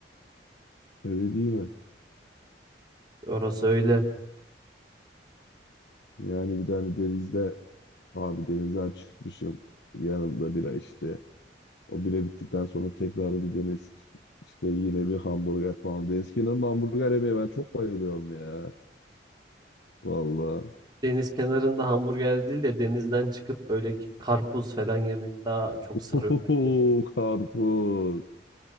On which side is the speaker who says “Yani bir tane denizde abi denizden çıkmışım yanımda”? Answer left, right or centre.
Left